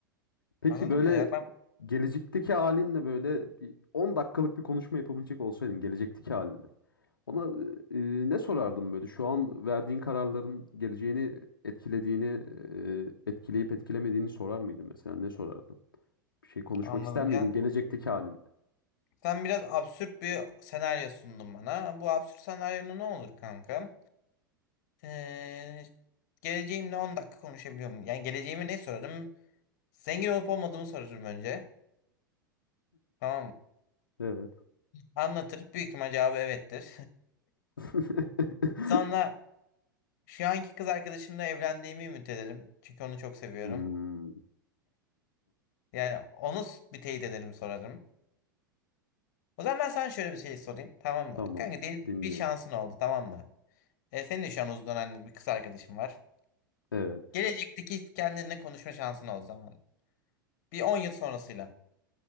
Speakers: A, on the left; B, on the left.
A: Peki
B: Anladın
A: böyle
B: mı ya? Ben
A: gelecekteki halinle böyle bir 10 dakikalık bir konuşma yapabilecek olsaydın gelecekteki halinle. Ona e, e, ne sorardım böyle? Şu an verdiğin kararların geleceğini etkilediğini, e, etkileyip etkilemediğini sorar mıydın mesela? Ne sorardın? Bir şey konuşmak
B: anladım.
A: ister miydin
B: Yani
A: gelecekteki halin?
B: sen biraz absürt bir senaryo sundun bana. Bu absürt senaryo ne olur kanka? Ee, geleceğimle 10 dakika konuşabiliyorum. Yani geleceğimi ne sorarım? Zengin olup olmadığımı sorarım önce. Tamam mı?
A: Evet.
B: Anlatır. Büyük ihtimal cevabı evettir.
A: <laughs>
B: <laughs> Sonra şu anki kız arkadaşımla evlendiğimi ümit ederim. Çünkü onu çok seviyorum.
A: Hmm,
B: Yani onu s- bir teyit ederim sorarım. O zaman ben sana şöyle bir şey sorayım. Tamam mı?
A: tamam.
B: Kanka diyelim
A: Dinliyorum.
B: bir şansın oldu tamam mı? E, senin de şu an uzun dönemdir bir kız arkadaşın var.
A: Evet.
B: Gelecekteki kendinle konuşma şansın oldu zaman. Bir 10 yıl sonrasıyla.